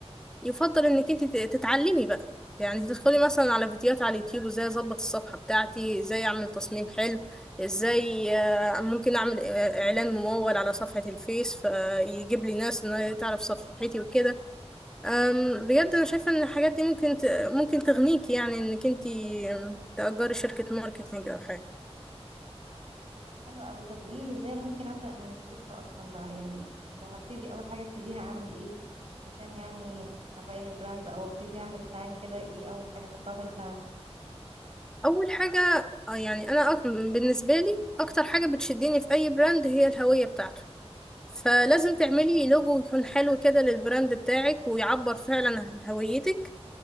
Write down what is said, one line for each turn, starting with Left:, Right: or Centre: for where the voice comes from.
Centre: يفضل انك انت ت- تتعلمي بقى يعني تدخلي مثلا على فيديوهات على اليوتيوب ازاي اظبط الصفحة بتاعتي ازاي اعمل تصميم حلو ازاي آه، ممكن اعمل آه، اعلان ممول على صفحة الفيس فيجيب لي ناس انها تعرف صفحتي وكده أم، بجد انا شايفه ان الحاجات دي ممكن ت... ممكن تغنيكي يعني انك انت تأجري شركه ماركتينج او حاجه
Right: طب حلو قوي طب قوليلي ازاي ممكن ابدأ من الصفر اصلا بقى يعني لو هبتدي اول حاجة ابتديها اعمل ايه عشان يعني ابين البراند او ابتدي اعمل بلان كده ايه اول حاجة احطها في البلان
Centre: اول حاجه آه، يعني انا أك... بالنسبه لي اكتر حاجه بتشدني في اي براند هي الهويه بتاعته فلازم تعملي لوجو يكون حلو كده للبراند بتاعك ويعبر فعلا عن هويتك